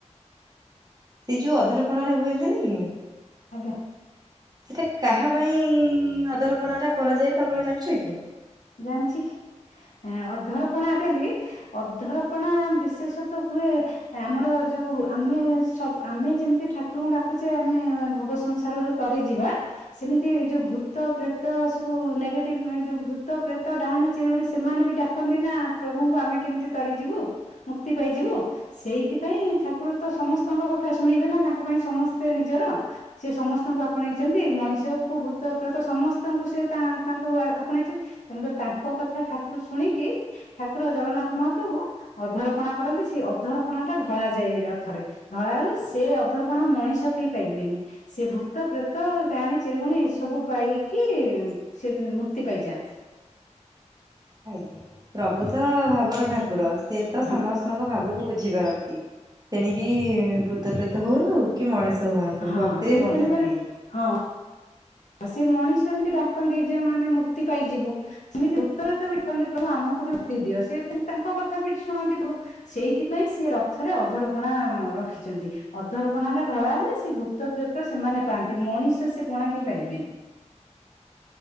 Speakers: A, on the right; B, on the left.
A: ସେଇ ଯୋଉ ଅଧରପଣାରେ ହୁଅନ୍ତିନି କି
B: ଆଜ୍ଞା।
A: ସେଟା କାହା ପାଇଁ ଅଦରପଣାଟା କରାଯାଏ ତାପରେ ଜାଣିଛ କି?
B: ଜାଣିଛି, ଏ ଅଧରପଣା ଆଜିକାଲି ଅଧରପଣା ବିଶେଷ ତ ହୁଏ ଆମର ଯୋଉ ଆମେ ସବୁ ଆମେ ଯେମିତି ଠାକୁରଙ୍କୁ ଡାକୁଛେ ଆମେ ଭୋଗ ସଂସାରରୁ ତରିଯିବା, ସେମିତି ଯୋଉ ଭୂତ ପ୍ରେତ ସବୁ ନେଗେଟିଭ୍ ମାନେ ଯୋଉ ଭୂ ତ, ପ୍ରେତ, ଡାହାଣୀ, ଚିରୁକୁଣୀ ସେମାନେ ବି ଡାକନ୍ତି ନା ପ୍ରଭୁଙ୍କୁ ଆମେ କେମିତି ତରିଯିବୁ। ମୁକ୍ତି ପାଇଯିବୁ। ସେଇଥିପାଇଁ ଠାକୁର ତ ସମସ୍ତଙ୍କ କଥା ଶୁଣିବେ ନା ତାଙ୍କ ପାଇଁ ସମସ୍ତେ ନିଜର। ସିଏ ସମସ୍ତଙ୍କୁ ଆପଣେଇଛନ୍ତି ମଣିଷକୁ, ଭୂତ, ପ୍ରେତ ସମସ୍ତଙ୍କୁ ସେ ତା ତାଙ୍କୁ ଆପଣେଇଛ ତେଣୁ ତାଙ୍କ କଥା ଠାକୁର ଶୁଣିକି, ଠାକୁର ଜଗନ୍ନାଥ ମହାପ୍ରଭୁ ଅଧରପଣା କରନ୍ତି ସେଇ ଅଧରପଣାଟା ଢଳାଯାଏ ରଥରେ। ଢଳା ହେଲେ ସେ ଅଧରପଣାକୁ ମଣିଷ କେହି ପାଇବେନି। ସିଏ ଭୂତ, ପ୍ରେତ, ଡାହାଣୀ, ଚିରିକୁଣି ଏସବୁ ପାଇକି ସେ ମୁକ୍ତି ପାଇଯାନ୍ତ୍
A: ଆଜ୍ଞା, ପ୍ରଭୁତ ଭାବର ଠାକୁର ସିଏ ତ ସମସ୍ତଙ୍କ
B: ହଁ
A: ଭାବକୁ ବୁଝିପାରନ୍ତି। ନ୍ତି, ତେଣିକି ଭୂତପ୍ରେତ ହୁଅନ୍ତୁ କି ମଣିଷ ହୁଅନ୍ତୁ
B: ହଁ
A: ଭକ୍ତିରେ
B: ସେ
A: ବନ୍ଧା
B: ତେଣୁକରି
A: ସିଏ।
B: ହଁ ଆଉ ସେ ମଣିଷ ଏମିତି ଡାକନ୍ତି ଯେ ମାନେ ମୁକ୍ତି ପାଇଯିବୁ। ସେମିତି ଉତ୍ତର ତ ବିକନ୍ତି ପ୍ରଭୁ ଆମକୁ ବି ମୁକ୍ତି ଦିଅ ସିଏ ତାଙ୍କ୍ ତାଙ୍କ କଥାବି ଶୁଣନ୍ତି ପ୍ରଭୁ। ସେଇଥିପାଇଁ ସେ ରଥରେ ଅଧରପଣା ରଖିଛନ୍ତି ଅଧରପଣା ଟା ଢଳା ହେଲେ ସେ ତ ପ୍ରେତ ସେମାନେ ପାଆନ୍ତି ମଣିଷ ସେ ପଣା କି ହେଇ ପାରିବେ।